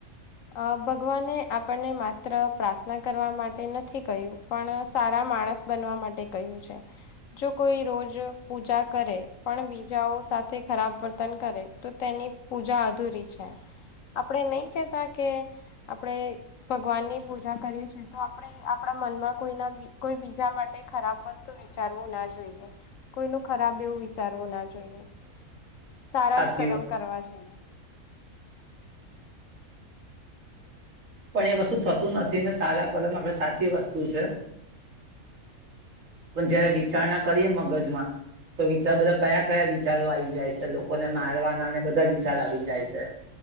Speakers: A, on the left (about 65°); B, on the right (about 60°).
A: અ ભગવાને આપણને માત્ર પ્રાર્થના કરવા માટે નથી કહ્યું પણ સારામાં માણસ બનવા માટે કહ્યું છે જો કોઈ રોજ પૂજા કરે પણ બીજા સાથે ખરાબ વર્તન કરે તો તેની પૂજા અધૂરી છે આપણેે નહી કતા કે આપણે ભગવાન ની પૂજા કરીએ છ છેએ તો આપણે આપણા મનમાં કોઈના કોઈ બીજા માટે ખરાબ વસ્તુ વિચારવું ના જોઈએ કોઈનું ખરાબ એવું વિચારવું ના જોઈએ સારા
B: સાચી
A: જ કરમ
B: વાત.
A: કરવા જોઈએ
B: પણ એ વસ્તુ થતું નથી ને સારા કલમ આપણે સાચી વસ્તુ છે પણ જયારે વિચારણા કરીએ મગજમાં તો વિચાર બધા કયા કયા વિચારો આવી જાય છે લોકોને મારવાના અને બધા વિચારો આવી જાય છે